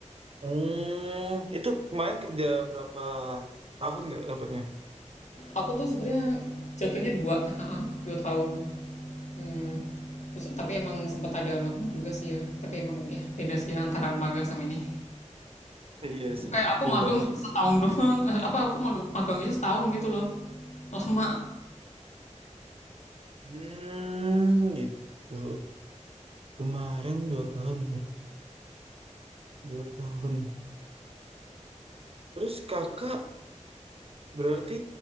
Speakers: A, on the right; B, on the left.
A: Hmm, itu kemarin kerja berapa tahun nggak dapatnya?
B: aku tuh sebenarnya jatuhnya dua heeh, 2 tahun, mmm, terus tapi emang sempet ada magang juga sih ya, tapi emang ya beda sih ya antara magang sama ini.
A: Iya sih,
B: kayak aku
A: beda.
B: magang setahun doang <laughs> apa aku magang magangnya setahun gitu loh lama
A: Hmm, gitu. Kemarin dua tahun. Dua tahun. Terus kakak berarti